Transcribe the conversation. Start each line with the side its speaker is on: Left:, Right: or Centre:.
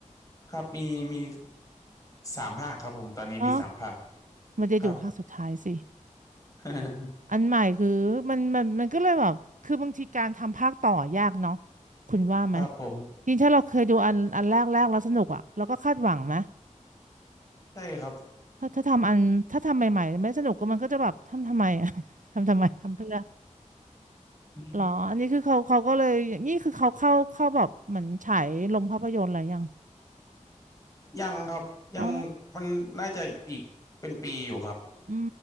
Left: ครับมีมีสามภาคครับผมตอนนี้มีสามภาค
Right: เนาะ มันจะอยู่ภาคสุดท้ายสิ
Left: ครับ <laughs>
Right: อันใหม่คือมันมันมันก็เลยแบบคือบางทีการทำภาคต่อยากเนาะคุณว่าไหม
Left: ครับผม
Right: จริงถ้าเราเคยดูอันอันแรกแรกแล้วสนุกอ่ะเราก็คาดหวังไหม
Left: ใช่ครับ
Right: ถ้าถ้าทำอันถ้าทำใหม่ๆไม่สนุกก็มันก็จะแบบทำทำไมอ่ะ <laughs> ทำทำไมทำเพื่อ
Left: <laughs>
Right: หรออันนี้คือเขาเขาก็เลยนี่คือเขาเข้าเข้าแบบเหมือนฉายลงภาพยนตร์อะไรยัง
Left: ยังครับยังมันน่าจะอีกเป็นปีอยู่ครับ
Right: อ๋ออื